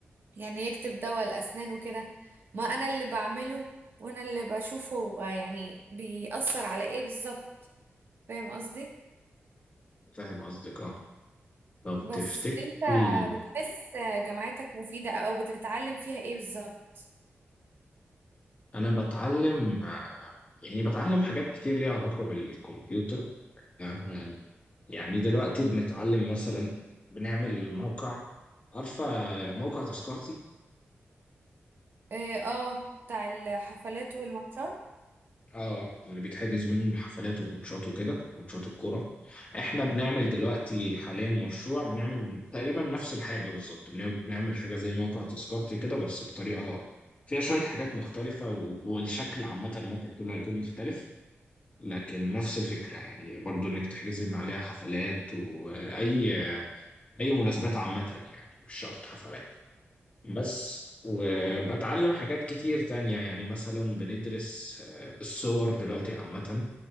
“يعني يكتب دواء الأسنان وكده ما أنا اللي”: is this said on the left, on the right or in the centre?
Right